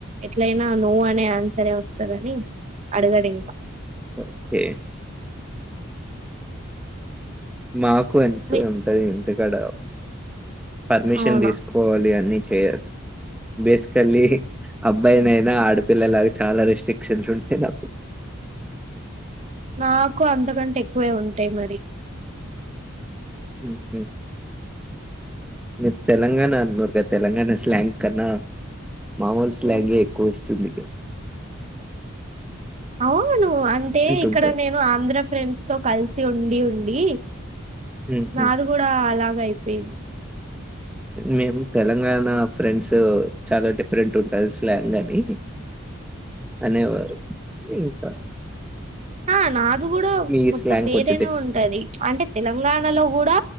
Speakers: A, on the right; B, in the centre.
A: ఎట్లయినా నో అనే ఆన్సరే వస్తందని అడగడు ఇంకా
B: ఓకే మా కో అంతే
A: మీ
B: ఉంటది ఇంటికాడ పర్మిషన్
A: అవునా
B: తీసుకోవాలి అని చేయరు బేసికల్లీ అబ్బాయినయినా ఆడపిల్లలాగా చాలా రెస్ట్రిక్షన్స్ ఉంటాయి నాకు
A: నాకు అంతకంటే ఎక్కువే ఉంటాయి మరి
B: <inaudible> మీరు తెలంగాణ అన్నగా తెలంగాణ స్లాంక్ కన్నా మామూలుస్
A: ఉమ్,
B: లాంగే ఎక్కువ ఇస్తుంది చ
A: అవును అంటే ఇక్కడ
B: ఉంటది.
A: నేను ఆంధ్ర ఫ్రెండ్స్ తో కలిసి ఉండి ఉండి
B: హుహు.
A: నాది కూడా అలాగయి పోయింది
B: మేము తెలంగాణ ఫ్రెండ్స్ చాలా డిఫరెంట్ ఉంటుంది స్లాన్ అని అనేవారు ఇంకా
A: ఆ నాది కూడా
B: మీ
A: మొత్తం
B: స్లాంగ్
A: వేరేనే
B: కొంచెం డిఫ్
A: ఉంటది అంటే తెలంగాణలో కూడా